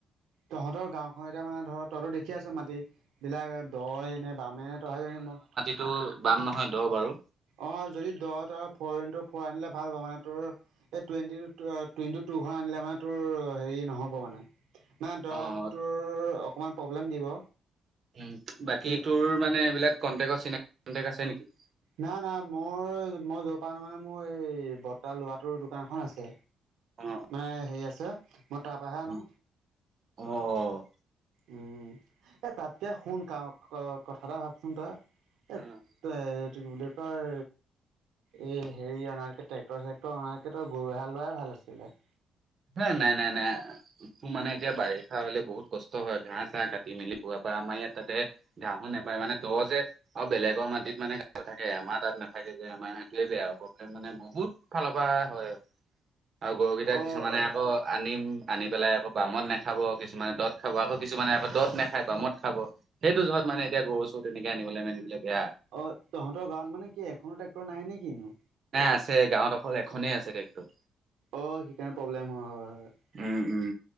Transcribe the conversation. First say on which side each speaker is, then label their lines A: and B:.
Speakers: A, on the right (about 85°); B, on the right (about 50°).
A: তহঁতৰ গাঁওখন এতিয়া মানে ধৰ তইতো দেখি আছ মাটি বিলাক দ'য়ে নে বামে তই যে জানিবি, মই
B: টো বাম নহয় দ' বাৰু।
A: অ', যদি দ' তই ফ'ৰ ইনটু ফ'ৰ আনিলে ভাল হ'ব মানে তোৰ এই টুৱেণ্টি টু ইনটু টু খন আনিলে মানে তোৰ হেৰি নহ'ব মানে। মানে দ'ট
B: অ',
A: তোৰ অকমান প্ৰব্লেম দিব।
B: উম, বাকী
A: সেই
B: তোৰ মানে এইবিলাক কন্টেকত চিনাক কণ্টেক আছে নেকি?
A: নাই, নাই মই, মই য'ৰ প আনো মানে মোৰ এই বৰটা ল'ৰাটোৰ দোকানখন আছে।
B: অ',
A: মানে হেৰি আছে, মই তাৰ পৰাহে আনো।
B: অ', অ'।
A: উম, এ তাতকে শুন ক- ক কথা এটা ভাবচোন তই। এ
B: অ',
A: তে এটো কি বুলি কয় এই হেৰি আনাৰ পিছত ট্ৰেক্টৰ চেক্টৰ আনাৰ পিছত তই গৰু এহাল লোৱাই ভাল আছিলে।
B: এ নাই, নাই, নাই। মোৰ মানে এতিয়া বাৰিষা হ'লে বহুত কষ্ট হয়, ঘাঁহ চাঁহ কাটি মেলি <unintelligible> পা আমাৰ ইয়াত তাতে ঘাঁহো নাপায় মানে দ যে আৰু বেলেগৰ মাটিত মানে থাকে আমাৰ তাত নাথাকে যে আমাৰ সেইটোৱে বেয়া প্ৰব্লেম মানে বহুত ফালৰ পৰা হয় আৰু। আৰু গৰু গেইটাক
A: অ'
B: মানে
A: অ'।
B: আকৌ আনিম আনি পেলাই আকৌ বামত নাখাব, কিছুমানে দত খাব আকৌ কিছুমানে আকৌ দত নাখায় বামত খাব, সেইটো জহত মানে এতিয়া গৰু চৰু তেনেকে আনিবলে মেলিবলে বেয়া।
A: অ', তহঁতৰ গাঁৱত মানে কি এখনো ট্ৰেক্টৰ নাই নে কিনো।
B: নাই আছে গাঁৱত অকল এখনেই আছে টেক্টৰ।
A: অ', সেইকাৰণে প্ৰব্লেম হয়, হয়, হয়।
B: উম, উম